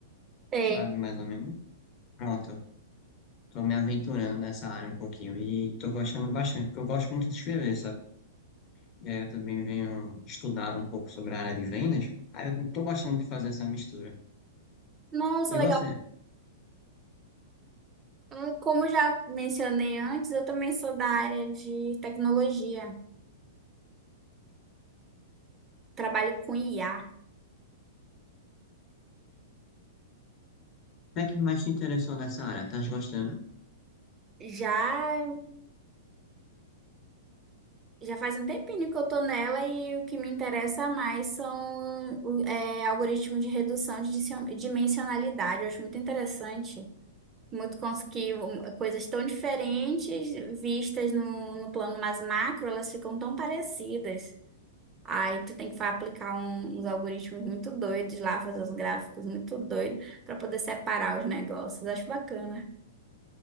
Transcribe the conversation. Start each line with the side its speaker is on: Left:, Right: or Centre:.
Right: É.
Left: sabe? Mais ou menos. Pronto, tô me aventurando nessa área um pouquinho e tô gostando bastante, porque eu gosto muito de escrever, sabe? E aí eu também venho estudado um pouco sobre a área de vendas, aí eu tô gostando de fazer essa mistura.
Right: Nossa,
Left: E
Right: legal.
Left: você?
Right: Hum, Como já mencionei antes, eu também sou da área de tecnologia. Trabalho com IA.
Left: Como é que mais te interessou nessa área? Tá gostando?
Right: Já, já faz um tempinho que eu tô nela e o que me interessa mais são o- é, algoritmos de redução de dicio- dimensionalidade. Eu acho muito interessante. muito conseguiu um, coisas tão diferentes vistas no, no plano mais macro, elas ficam tão parecidas. Aí tu tem que fa- aplicar um- uns algoritmos muito doidos lá, fazer uns gráficos muito doidos para poder separar os negócios. Acho bacana.